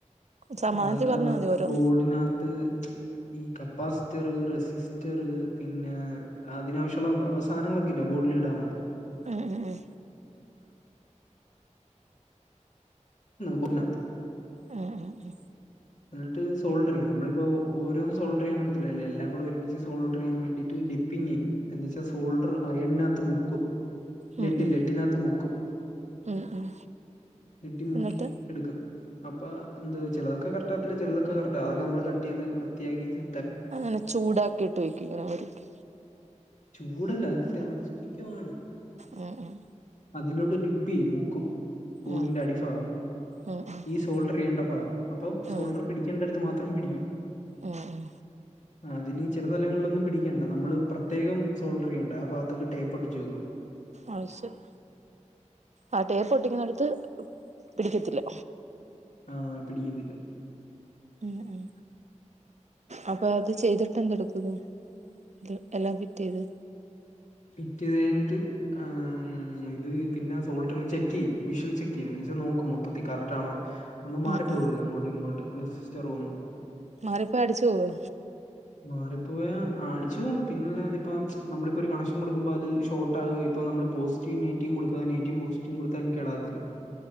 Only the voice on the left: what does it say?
അതൊക്കെ
ബോർഡിനകത്ത് ഈ കപ്പാസിറ്റർ റെസിസ്റ്റർ പിന്നെ അതിനാവശ്യമുള്ള സാധനങ്ങളൊക്കെ ലബോർഡ ലീഡാണ്ണ
ബന്നഥ
എന്നിട്ട് സോൾറി നമ്മളിപ്പോ ഓരോന്നും സോൾർ ചെയ്യാൻക്കത്തില്ല എല്ലാം കൂടെ ഒരുമിച്ച് സോൾർ ചെയ്യൻ വേണ്ടിട്ട ഡിപ്പിങ് എാെച്ചാ സോൾഡർ അയണിനാകത്ത് മുക്കും
ലഡ്ഡി
ലഡ്ഡിനകത്ത് മുക്കും
ലഡ്ഡി മുക്കി
എട്ക്കും അപ്പൊ എന്താച്ചാല് ചിലതൊക്കെ കറക്ട് ആകത്തില്ല ചിലതൊക്കെ കറക്ട് ആകും അതൊക്കെ നമ്മള് കട്ട് ചെയ്ത് വൃത്തിയാക്കിട്ട്
ചൂടല്ല അത് തെളച്ചിരിക്കുവാണ്
അതിലൂടൊരു തീ മുക്കും ബോഡിന്റെ
അടിഫാഗം
ഈ സോൾഡറെയ്യേണ്ട ഫാഗം അ സോൾഡർ
പിടിക്കേണ്ടടുത്ത് മാത്രം പിടിക്കും
ആഹ് അത്‌നി ചെല തലങ്ങള്ലൊന്നും പിടിക്കെണ്ട നമ്മള് പ്രത്യേകം സോൾഡറെയ്യെണ്ട ആഹ് ഭാഗത്തൊക്കെ ടേപ്പൊട്ടിച്ച് വെക്കും
ആഹ് പിടിക്കത്തില്ല
ഫിറ്റെയ്ത് കഴിഞ്ഞിട്ട് ആഹ് മ് ഇത് പിന്നെ സോൾട്ടർ ചെക്കെയ്യും വിഷ്വൽ ചെക്കെയ്യും എന്നി <unintelligible> നോക്കും മൊത്തത്തി കറക്റ്റാണോ ഒന്നും
മാറിപ്പോവര്ത്
അങ്ങോട്ടും ഇങ്ങോട്ട് <unintelligible>
മാറിപ്പോയാ ആഹ് അടിച്ച് പോവും പിന്നെയില്ലാതിപ്പം നമ്മള്പ്പൊര് കണക്ഷൻ കൊടുക്കുമ്പോ അത് ഷോർട്ടായ് ഇപ്പൊ നമ്മള് പോസറ്റീവും നെഗറ്റീവും കൊടുക്കാ നെഗറ്റീവും പോസറ്റീവും കൊടുത്താൽ കേടാവത്തില്ലെ